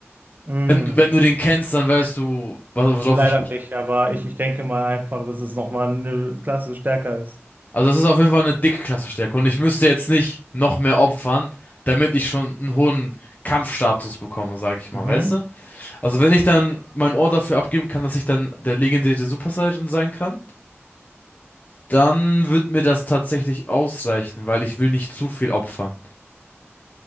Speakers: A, on the right; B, on the left.
A: mm,
B: Wenn, wenn du den kennst, dann weißt du, was- worauf
A: leider
B: ich.
A: nicht, aber ich, ich denke mal einfach, dass es nochmal eine Klasse stärker ist.
B: Also das ist auf jeden Fall eine dicke Klasse stärker und ich müsste jetzt nicht noch mehr opfern, damit ich schon einen hohen Kampfstatus bekomme, sage ich mal,
A: Mhm.
B: weißt du? Also wenn ich dann mein Ohr dafür abgeben kann, dass ich dann der legendäre Super Saiyan sein kann, dann wird mir das tatsächlich ausreichen, weil ich will nicht zu viel opfern.